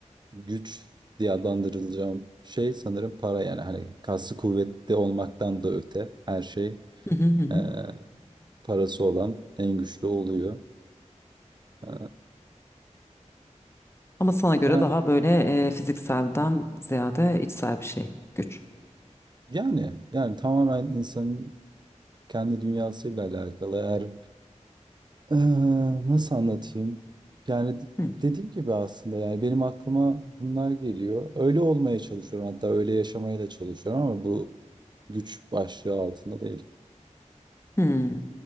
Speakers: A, on the right (about 35°); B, on the left (about 20°).
A: güç diye adlandırılacağım şey sanırım para yani hani kaslı kuvvetli olmaktan da öte her şey
B: Hı hı hı. hı.
A: e, parası olan en güçlü oluyor. E,
B: Ama sana göre
A: ya-
B: daha böyle e, fizikselden ziyade içsel bir şey, güç.
A: yani yani tamamen insanın kendi dünyasıyla alakalı. Eğer e, nasıl anlatayım? Yani
B: Hı.
A: dediğim gibi aslında yani benim aklıma bunlar geliyor. Öyle olmaya çalışıyorum hatta öyle yaşamaya da çalışıyorum ama bu güç başlığı altında değil.
B: Hı.